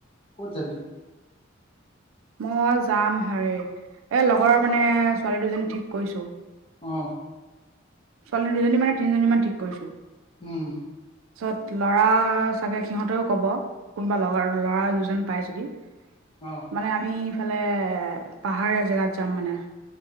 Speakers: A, on the left (about 25°); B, on the right (about 85°).
A: কত যাবি?
B: মই যাম হেৰি এ লগৰ মানে ছোৱালী দুজনী ঠিক কৰিছো।
A: অ,
B: ছোৱালী দুজনী মানে তিনিজনী মান ঠিক কৰিছো।
A: উম,
B: ছত ল'ৰা চাগে সিহঁতেও কব। কোনোবা লগৰ ল'ৰা দুজন পাই যদি
A: অ'।
B: মানে আমি ইফালে পাহাৰীয়া জেগাত যাম মানে।